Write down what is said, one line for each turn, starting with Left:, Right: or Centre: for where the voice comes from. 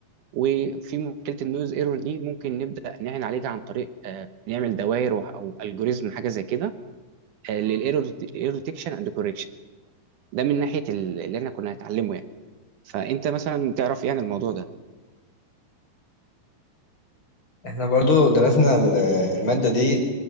Right: وفي مشكله النويز ايرور دي ممكن نبدا نعين عليها عن طريق آه، نعمل دوائر او الجوريزم حاجه زي كده آه، للايرور ديتكشن اند كوركشن ده من ناحيه ال- اللي احنا كنا هنتعلمه يعني فانت مثلا تعرف ايه عن الموضوع ده
Left: احنا برضو درسنا ال- المادة دي